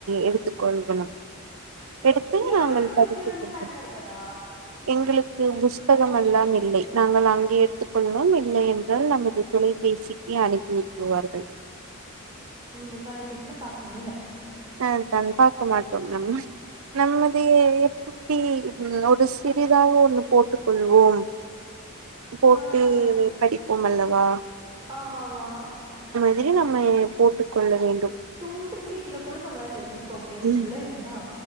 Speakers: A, on the right (about 75°); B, on the right (about 20°).
A: எடுத்துக் கொள்கணும் எடுத்து
B: ஏ
A: நாங்கள்
B: உங்களுக்கு
A: படித்து கொள்வோம்
B: தனியா இருக்காதா
A: எங்களுக்கு புஸ் புத்தகமெல்லாம் இல்லை நாங்கள் அங்கே எடுத்துக்கொள்வோம் இல்லை என்றால் நமது தொலைபேசிக்கு அனுப்பு புவார்கள்
B: நீங்க தொலைபேசில பாப்பீங்க
A: ஆஹ் தான் பார்க்க மாட்டோம் நம் நம்மது சுப்பி உ ஒரு சிறிதாக ஒண்ணு போட்டுக் கொள்வோம் போட்டு
B: ஆ ஆ
A: படிப்போம் அல்ல வா
B: ஆமா மகா
A: இது நம்ம போட்டுக் கொள்ள வேண்டும்
B: துண்டிச்சீட்டுல கொழந்த மாதிரிலா எழுதிட்டு போக முடியாது
A: ம்
B: இப்புல்லா இருந்தா